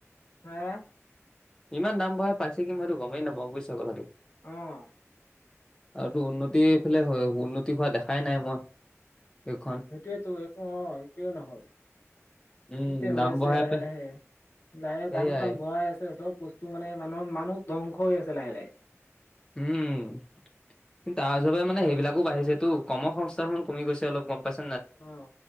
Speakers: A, on the left (about 55°); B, on the left (about 15°).
A: <unintelligible>
B: ইমান দাম বঢ়াই পাইছে কি, মই এইটো গ'মেই নাপাওঁ বুজিছা কথাটো।
A: অ'।
B: আৰুতো উন্নতি, এইফালে উন্নতি হোৱা দেখাই নাই মই দেশখন।
A: সেইটোৱেটো <unintelligible> একো নহয়।
B: উম,
A: কি যে হৈ
B: দাম
A: আছে
B: বঢ়াই
A: লাহে
B: পে
A: লাহে, লাহে লাহে
B: সেইয়াই
A: দাম-চাম বঢ়াই আছে চব বস্তু তো মানে মানুহ মানুহ ধ্বংস হৈ আছে লাহে লাহে।
B: উম। কিন্ত তাৰ হিচাপে মানে সেইবিলাকো বাঢ়িছেটো। কৰ্ম সংস্থাখন কমি গৈছে অলপ গ'ম পাইছ
A: অ